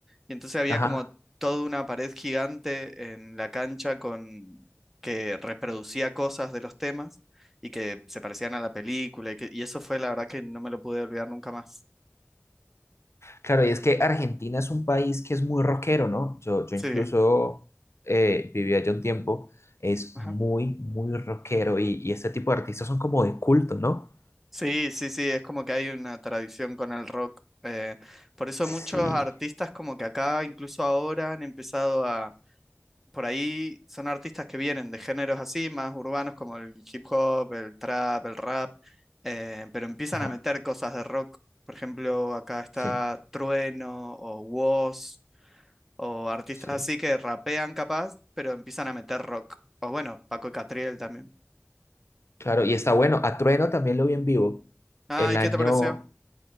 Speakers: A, in the centre; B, on the left.
A: y entonces había
B: Ajá.
A: como toda una pared gigante en la cancha con que reproducía cosas de los temas y que se parecían a la película y, que, y eso fue la verdad que no me lo pude olvidar nunca más.
B: Claro, y es que Argentina es un país que es muy rockero, ¿no? Yo, yo
A: Sí,
B: incluso eh, viví allá un tiempo, es
A: ajá.
B: muy, muy rockero y, y este tipo de artistas son como de culto, ¿no?
A: Sí, sí, sí, es como que hay una tradición con el rock. eh, por eso muchos
B: Sí,
A: artistas como que acá, incluso ahora, han empezado a por ahí son artistas que vienen de géneros así, más urbanos como el hip hop, el trap, el rap, eh, pero empiezan
B: ajá,
A: a meter cosas de rock. Por ejemplo, acá está
B: sí,
A: Trueno o Woz o artistas
B: sí.
A: así que rapean capaz, pero empiezan a meter rock. O bueno, Paco y Catriel también.
B: Claro, y está bueno. A Trueno también lo vi en vivo
A: ah
B: el
A: y
B: año
A: ¿qué te pareció?